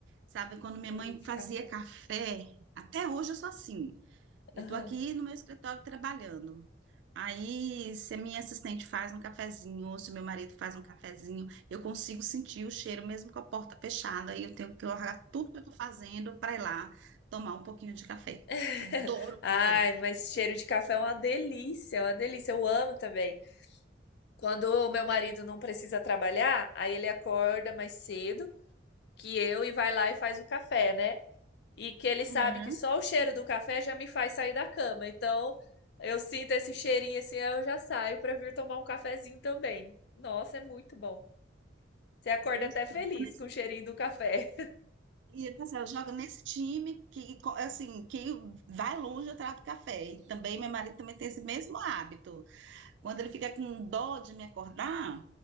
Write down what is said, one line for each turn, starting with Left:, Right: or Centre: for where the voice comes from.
Right: Sabe, quando minha
Left: cheirinho
Right: mãe
Left: de
Right: fazia
Left: café.
Right: café, até hoje eu sou assim. Eu
Left: Aham.
Right: tô aqui no meu escritório trabalhando. Aí, se a minha assistente faz um cafezinho, ou se meu marido faz um cafezinho, eu consigo sentir o cheiro mesmo com a porta fechada e eu tenho que largar tudo que eu estou fazendo para ir lá tomar um pouquinho de café.
Left: <laughs>
Right: Adoro
Left: Ai,
Right: café.
Left: mas cheiro de café é uma delícia, é uma delícia. Eu amo também. Quando o meu marido não precisa trabalhar, aí ele acorda mais cedo que eu e vai lá e faz o café, né? E que ele sabe
Right: Aham.
Left: que só o cheiro do café já me faz sair da cama. Então, eu sinto esse cheirinho assim, aí eu já saio para vir tomar um cafezinho também. Nossa, é muito bom. Você acorda
Right: E eu
Left: até
Right: estou
Left: feliz
Right: nesse-
Left: com o cheirinho do café.
Right: e eu, assim, eu jogo nesse time que, co- assim, que vai longe atrás do café. E também, meu marido também tem esse mesmo hábito. Quando ele fica com dó de me acordar,